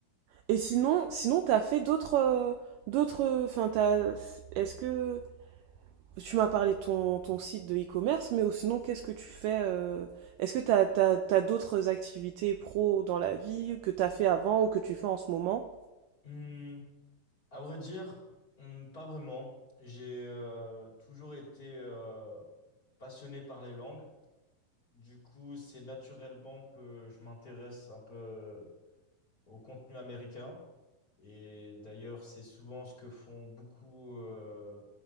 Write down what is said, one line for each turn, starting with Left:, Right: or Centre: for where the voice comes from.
Right: Et sinon, sinon, t'as fait d'autres, euh, d'autres, enfin, t'as, est-ce que tu m'as parlé de ton, ton site de e-commerce, mais sinon, qu'est-ce que tu fais euh, Est-ce que t'as, t'as, t'as d'autres activités pro dans la vie ou que t'as fait avant ou que tu fais en ce moment?
Left: Hmm, à vrai dire, hmm, pas vraiment. J'ai euh, toujours été euh, passionné par les langues. Du coup, c'est naturellement que je m'intéresse un peu au contenu américain. Et d'ailleurs, c'est souvent ce que font beaucoup euh,